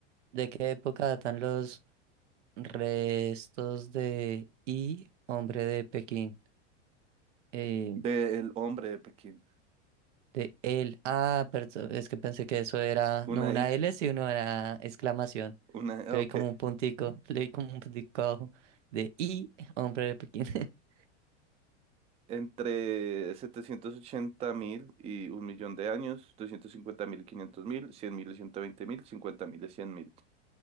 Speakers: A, on the right; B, on the right.
A: ¿De qué época datan los restos de I, hombre de Pekín? Eh,
B: De El hombre de Pekín.
A: de él. Ah, perdón, es que pensé que eso era
B: Una
A: no una
B: I,
A: L, sino una exclamación.
B: una, I, ah,
A: Le vi
B: ok.
A: como un puntico, le vi como un puntico abajo. De I, hombre de Pekín. <laughs>
B: Entre setecientos ochenta mil y un millón de años, doscientos cincuenta mil y quinientos mil, cien mil y ciento veinte mil, cincuenta mil y cien mil.